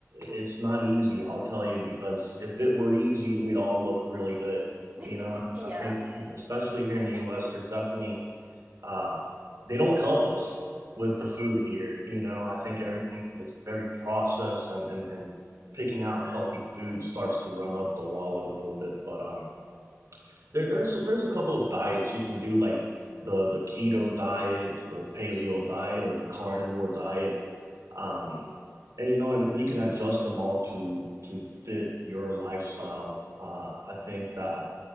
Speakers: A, on the right; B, on the right.
A: It's not easy, I'll tell you, because if it were easy, we'd all look really good. You
B: <laughs>
A: know, and
B: Yeah.
A: I think especially here in the U.S., there's definitely uh, they don't help us with
B: No.
A: the food here. You know,
B: Mm-mm.
A: I think everything is very processed, and and and picking out healthy food starts to run up the wallet a little bit. But um, there, there's there's a couple of diets you can do, like the the keto diet, the paleo diet, or the carnivore diet, um, and you know, and, and you can adjust them all to to fit your lifestyle. Uh, I think that